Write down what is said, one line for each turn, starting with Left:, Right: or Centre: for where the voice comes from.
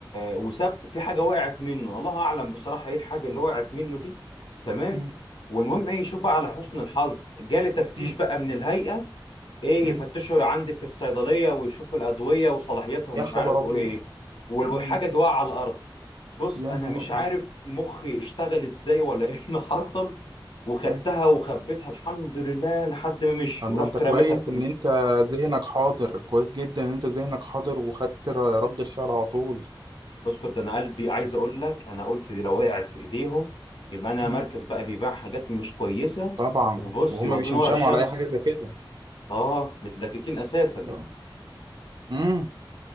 Left: وساب في حاجه وقعت منه الله اعلم بصراحه ايه الحاجه اللي وقعت منه دي تمام
Right: مم.
Left: والمهم ايه شوف بقى على حسن الحظ جالي تفتيش
Right: مم.
Left: بقى من الهيئه ايه
Right: مم.
Left: يفتشوا عندي في الصيدليه ويشوفوا الادويه وصلاحيتها ومش
Right: يا خبر
Left: عارف
Right: ابيض
Left: ايه والحاجه
Right: مم.
Left: دي واقعه على الارض بص
Right: يا
Left: انا
Right: نهار
Left: مش
Right: ابيض
Left: عارف مخي اشتغل ازاي ولا ايه اللي حصل وخدتها
Right: مم.
Left: وخبيتها الحمد لله لحد ما مشي
Right: طب
Left: ورحت
Right: ده انت كويس
Left: رميتها في
Right: ان انت ذهنك حاضر كويس جدا ان انت ذهنك حاضر وخدت ر- رد الفعل على طول
Left: اسكت ده انا قلبي عايز اقول لك انا قلت دي لو وقعت في ايديهم يبقى انا
Right: مم.
Left: مركز بقى بيبيع حاجات مش كويسه
Right: طبعا
Left: وبص
Right: وهما
Left: يودوني
Right: بيشمشموا
Left: ورا الشمس
Right: على اي حاجة زي كده
Left: اه متلككين اساسا
Right: آه. مم.